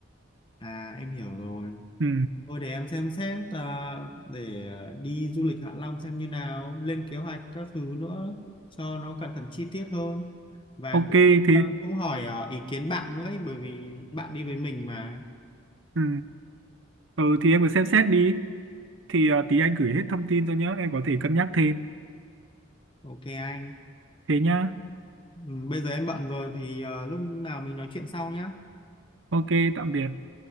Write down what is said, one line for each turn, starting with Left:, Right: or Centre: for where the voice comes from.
Left: à em hiểu rồi
Right: ừ.
Left: thôi để em xem xem à, để ờ, đi du lịch Hạ Long xem như nào lên kế hoạch các thứ nữa cho nó cẩn thận chi tiết hơn và
Right: ok
Left: cũng ờ,
Right: thì
Left: cũng hỏi ờ, ý kiến bạn nữa ấy, bởi vì bạn đi với mình mà
Right: ừ. ừ thì em cứ xem xét đi thì ờ, tí anh gửi hết thông tin cho nhá em có thể cân nhắc thêm
Left: ok anh
Right: thế nhá
Left: ừ, bây giờ em bận rồi thì ờ, lúc nào mình nói chuyện sau nhá.
Right: ok tạm biệt